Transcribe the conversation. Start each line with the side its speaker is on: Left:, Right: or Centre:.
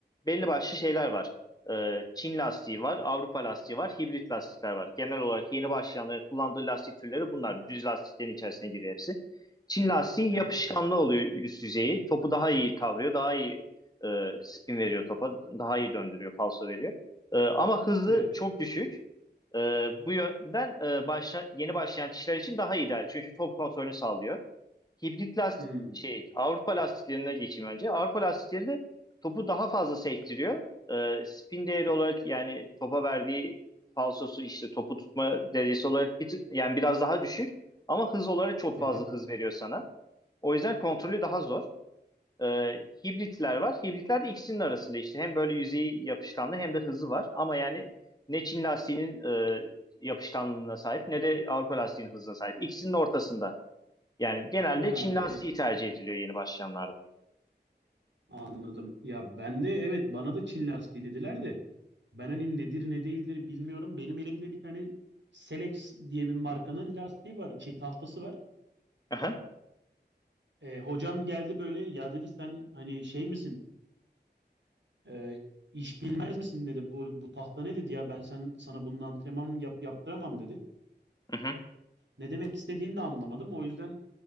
Left: belli başlı şeyler var. Ee, Çin lastiği var, Avrupa lastiği var, hibrit lastikler var. Genel olarak yeni başlayanların kullandığı lastik türleri bunlar. Düz lastiklerin içerisine giriyor hepsi. Çin lastiği
Right: Aha,
Left: yapışkanlı oluyor üst yüzeyi. Topu daha iyi kavruyor, daha iyi e, spin veriyor topa, daha iyi döndürüyor, falso veriyor. Ee, ama hızı
Right: evet.
Left: çok düşük. Ee, bu yönden e, başla, yeni başlayan kişiler için daha ideal. Çünkü top kontrolünü sağlıyor. Hibrit lastik
Right: Hmm,
Left: şey Avrupa lastiklerine geçeyim önce. Avrupa lastikleri de topu daha fazla sektiriyor. Ee, spin değeri olarak yani topa verdiği falsosu işte topu tutma derecesi olarak bir, tı- yani biraz daha düşük ama hız olarak çok
Right: aha.
Left: fazla hız veriyor sana. O yüzden kontrolü daha zor. E, hibritler var. Hibritler de ikisinin arasında işte. Hem böyle yüzeyi yapışkanlı hem de hızı var. Ama yani ne Çin lastiğinin e, yapışkanlığına sahip ne de Avrupa lastiğinin hızına sahip. İkisinin ortasında. Yani genelde
Right: Ha,
Left: Çin lastiği
Right: e,
Left: tercih ediliyor yeni başlayanlarda.
Right: anladım. Ya ben de evet bana da Çin lastiği dediler de. Ben hani nedir ne değildir bilmiyorum. Benim elimde bir tane Selex diye bir markanın lastiği var, şey tahtası var.
Left: Aha,
Right: E, hocam geldi böyle ya dedi sen hani şey misin? E, iş bilmez misin dedi. Bu bu tahta ne dedi ya ben sen sana bunun antrenman yap yaptıramam dedi.
Left: aha,
Right: Ne demek istediğini de anlamadım. O yüzden